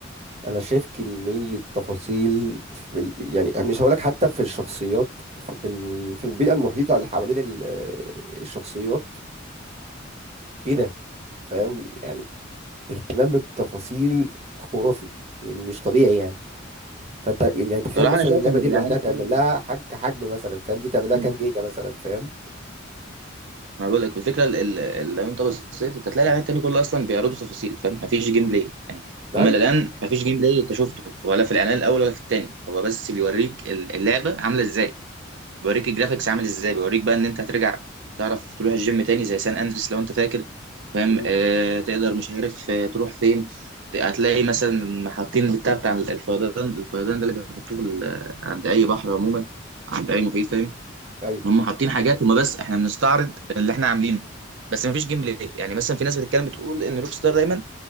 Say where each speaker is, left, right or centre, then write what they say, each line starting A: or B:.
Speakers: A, on the right (about 35°); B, on the right (about 65°).
A: انا شايف كمية تفاصيل في ال... يعني مش هقولك حتى في الشخصيات في ال... في البيئة المحيطة اللي حوالين ال... الشخصيات ايه ده فاهم يعني اهتمام بالتفاصيل خرافي يعني مش طبيعي يعني فانت يعني تخيل
B: بصراحه
A: مثلا
B: انا شايف
A: اللعبة
B: ان
A: دي
B: في الاعلان
A: لوحدها
B: التاني
A: تعمل لها حج حجم مثلا فاهم دي تعمل لها
B: ده
A: كام جيجا مثلا فاهم
B: ما بقول لك الفكره ال- ال- ال- لو انت بصيت انت هتلاقي الاعلان التاني كله اصلا بيعرضوا تفاصيل فاهم مفيش جيم بلاي يعني
A: ايوه
B: هما الاعلان مفيش جيم بلاي انت شفته ولا في الاعلان الاول ولا في التاني هو بس بيوريك ال- اللعبه عامله ازاي بيوريك الجرافيكس عامل ازاي بيوريك بقى ان انت هترجع تعرف تروح الجيم تاني زي سان اندريس لو انت فاكر فاهم
A: امم
B: آه تقدر مش عارف آه تروح فين ت- هتلاقي مثلا حاطين البتاع بتاع الفيضان الفيضان ده اللي بيحطوه في ال- عند اي بحر عموما عند اي مفيد فاهم
A: ايوه
B: هم حاطين حاجات هم بس احنا بنستعرض اللي احنا عاملينه بس مفيش جيم بلاي يعني مثلا في ناس بتتكلم بتقول ان روك ستار دايما